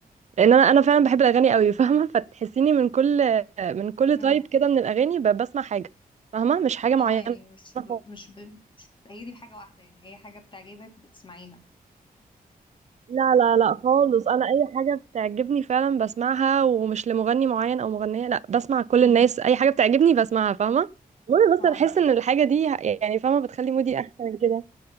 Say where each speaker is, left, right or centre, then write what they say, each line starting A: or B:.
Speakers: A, on the right; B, on the left.
A: لان انا انا فعلا
B: أوه.
A: بحب الاغاني قوي <laughs> فاهمة فتحسيني من كل من كل
B: اه
A: تايب كده من الاغاني ب- بسمع حاجة فاهمة مش حاجة معينة
B: اه يعني مش ب...
A: خالص.
B: مش ب... مش بتأيدي بحاجة واحدة يعني أي حاجة بتعجبك بتسمعيها
A: لا لا لا خالص انا اي حاجة بتعجبني فعلا بسمعها ومش لمغني معين او مغنية لا بسمع كل
B: امم
A: الناس اي حاجة بتعجبني بسمعها فاهمة المهم بس
B: اه
A: انا
B: أنا
A: احس
B: ب...
A: ان الحاجة دي يعني فاهمة بتخلي مودي احسن كده